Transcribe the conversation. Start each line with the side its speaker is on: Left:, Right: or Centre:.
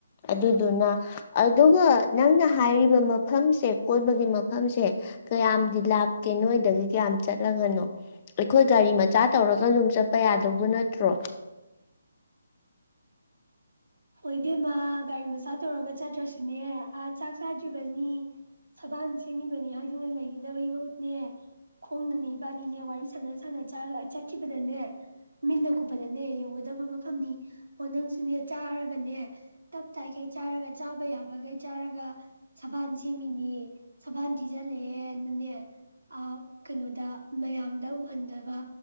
Left: ꯑꯗꯨꯗꯨꯅ ꯑꯗꯨꯒ ꯅꯪꯅ ꯍꯥꯏꯔꯤꯕ ꯃꯐꯝꯁꯦ ꯀꯣꯏꯕꯒꯤ ꯃꯐꯝꯁꯦ ꯀꯌꯥꯝꯗꯤ ꯂꯥꯞꯀꯦ ꯅꯣꯏꯗꯒꯤ ꯀꯌꯥꯝ ꯆꯠꯂꯒꯅꯣ ꯑꯩꯈꯣꯏ ꯒꯥꯔꯤ ꯃꯆꯥ ꯇꯧꯔꯒ ꯑꯗꯨꯝ ꯆꯠꯄ ꯌꯥꯗꯧꯕ ꯅꯠꯇ꯭ꯔꯣ
Right: ꯍꯣꯏ ꯏ ꯕꯦꯝꯃ ꯒꯥꯔꯤ ꯃꯆꯥ ꯇꯧꯔꯒ ꯆꯠꯇ꯭ꯔꯁꯨꯅꯦ ꯑꯥ ꯆꯥꯛ ꯆꯥꯗ꯭ꯔꯤꯕꯅꯤ ꯁꯕꯥꯡ ꯁꯦꯝꯃꯤꯕꯅꯤ ꯍꯥꯏꯗꯨꯅ ꯂꯩꯒꯗꯕꯩ ꯃꯍꯨꯠꯅꯦ ꯈꯣꯡꯗꯅꯦ ꯏꯕꯥꯅꯤꯅꯦ ꯋꯥꯔꯤ ꯁꯥꯟꯅ ꯁꯅ ꯆꯠꯈꯤꯕꯗꯅꯦ ꯃꯤꯟꯅ ꯀꯨꯞꯄꯗꯅꯦ ꯌꯧꯒꯗꯕ ꯃꯐꯝꯅꯤ ꯑꯣ ꯅꯪꯁꯨꯅꯦ ꯆꯥ ꯅꯦ ꯇꯞ ꯇꯈꯩ ꯆꯥꯔꯒ ꯆꯥꯕ ꯌꯥꯕꯈꯩ ꯆꯥꯔꯒ ꯁꯕꯥꯟ ꯁꯦꯝꯃꯤꯅꯤ ꯁꯕꯥꯟ ꯊꯤꯖꯤꯜꯂꯑꯦꯅꯅꯦ ꯀꯩꯅꯣꯗ ꯃꯌꯥꯝꯗ ꯎꯍꯟꯗꯕ